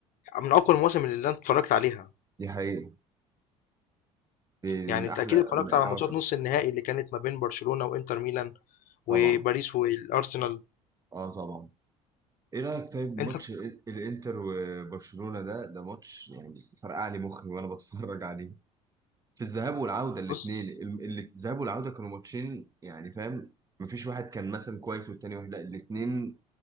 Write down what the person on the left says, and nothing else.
من أقوى المواسم اللي أنا اتفرجت عليها،
يعني
أنت
أكيد اتفرجت
على
ماتشات نُص النهائي اللي كانت ما بين برشلونة وإنتر ميلان،
وباريس والأرسنال،
أنت
بُص